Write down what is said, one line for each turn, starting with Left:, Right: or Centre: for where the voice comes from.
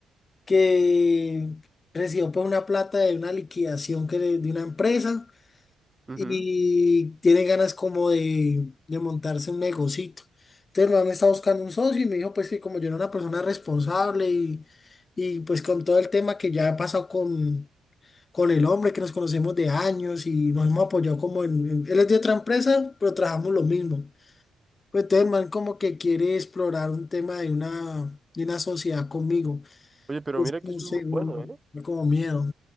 Left: que recibió pues una plata de una liquidación que le- de una empresa.
Right: Ujú.
Left: y tiene ganas como de, de montarse un negocito. Entonces, mamá me está buscando un socio y me dijo, pues que como yo era una persona responsable y, y pues con todo el tema que ya ha pasado con, con el hombre, que nos conocemos de años y nos hemos apoyado como en, en- él es de otra empresa, pero trabajamos lo mismo. Pues entonces, el man como que quiere explorar un tema de una, de una sociedad conmigo.
Right: Oye, pero
Left: Es
Right: mira que
Left: no
Right: eso
Left: sé,
Right: es muy
Left: como
Right: bueno, ¿eh?
Left: como miedo.